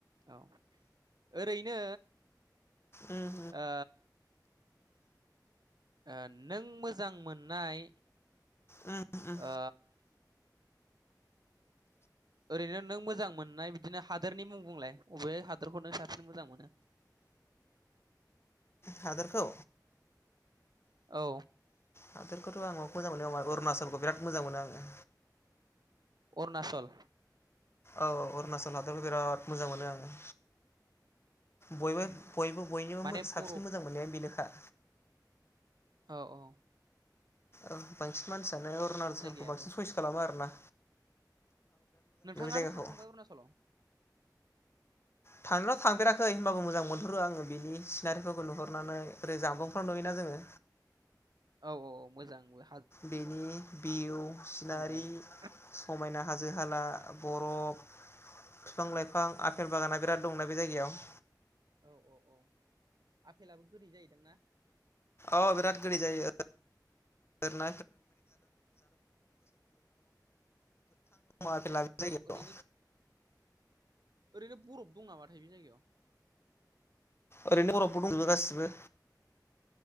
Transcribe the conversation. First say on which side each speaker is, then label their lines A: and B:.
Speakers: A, on the right; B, on the left.
A: औ ओरैनो
B: उम
A: ओ ओ नों मोजां मोननाय
B: उम उम उम
A: ओ ओरैनो नों मोजां मोननाय बिदिनो हादोरनि मुं बुंलाय अबे हादोरखौ नों साबसिन मोजां मोनो। <inaudible>
B: हादोरखौ
A: औ
B: हादोरखौथ' आं माखौ मोजां मोनो होनबा अरुणाचलखौ बिराद मोजां मोनो आङो।
A: अरुणाचल
B: औ-औ अरुणाचल हादरखौ बिराद मोजां मोनो आङो। बयबो-बयबो
A: औ
B: बयनिबो
A: माने
B: साबसिन
A: बरफ
B: मोजां मोननायानो बेनोखा
A: औ-औ
B: औ बांसिन मानसियानो अरुनालखौ
A: जायगायाबो
B: बांसिन सइस खालामो आरो ना।
A: नोंथाङाथ'
B: जायगाखौ
A: थांखांबाय अरुनाचलाव?
B: थांनायआ थांदेराखै होनबाबो मोजां मोनहरो आङो बिनि सिनारिफोरखौ नुहरनानै ओरै जामबुंफोराव नुयोना जोङो।
A: औ-औ मोजांब्ला
B: बेनि भिउ सिनारि
A: समायना रमायना
B: समायना हाजो हाला बरफ बिफां लाइफां आफेल बागाना बिराद दंना बे जायगायाव।
A: औ-औ-औ आफेलाबो गोदै जायो दां ना?
B: औ बिरट गोदै जायो। <unintelligible> दङ आपेला बे जायगायाव।
A: औ ओरैनो ओरै बरफ दं नामाथाय बे जायगायाव
B: ओरैनो बरफबो दंजुबो गासिबो